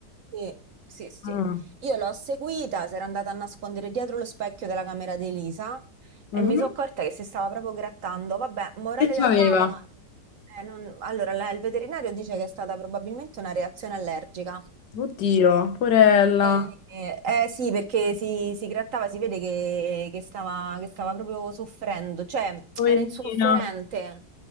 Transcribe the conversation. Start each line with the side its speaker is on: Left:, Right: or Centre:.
Right: Sì, sì, sì.
Left: Mm,
Right: Io l'ho seguita, si era andata a nascondere dietro lo specchio della camera di Elisa e
Left: mhm.
Right: mi sono accorta che si stava proprio grattando. Vabbè, morale
Left: Che c'aveva?
Right: della favola. eh, non- Allora, la- il veterinario dice che è stata probabilmente una reazione allergica.
Left: Oddio, porella.
Right: Eh, eh, sì, perché si, si grattava, si vede che, che stava, che stava proprio soffrendo, cioè
Left: Poverina.
Right: era insofferente,